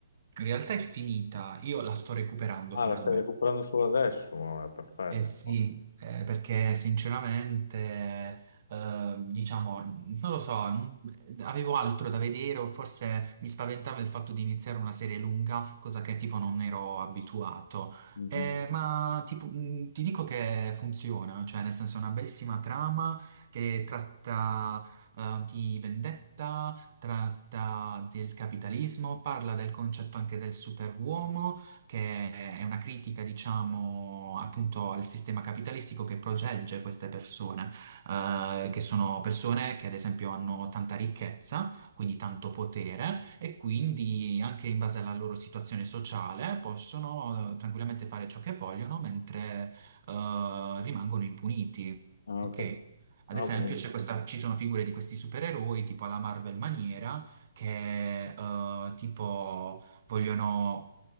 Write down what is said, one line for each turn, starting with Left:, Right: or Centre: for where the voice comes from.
Right: In realtà è finita, io la sto recuperando
Left: Ah,
Right: finalmente.
Left: la stai recuperando solo adesso? Vabbè, perfetto.
Right: Eh sì, eh, perché sinceramente, eh, diciamo, non lo so, n- avevo altro da vedere o forse mi spaventava il fatto di iniziare una serie lunga, cosa che tipo non ero abituato.
Left: Mhm.
Right: Eh, ma tipo, mh, ti dico che funziona, cioè nel senso è una bellissima trama che tratta, eh, di vendetta, tratta del capitalismo, parla del concetto anche del superuomo che è una critica, diciamo, appunto al sistema capitalistico che protegge queste persone, eh, che sono persone che ad esempio hanno tanta ricchezza, quindi tanto potere, e quindi anche in base alla loro situazione sociale possono eh, tranquillamente fare ciò che vogliono mentre eh, rimangono impuniti.
Left: Ah,
Right: Ok?
Left: ok.
Right: Ad
Left: Ah,
Right: esempio,
Left: vale.
Right: c'è questa- ci sono figure di questi supereroi, tipo alla Marvel maniera, che eh, tipo vogliono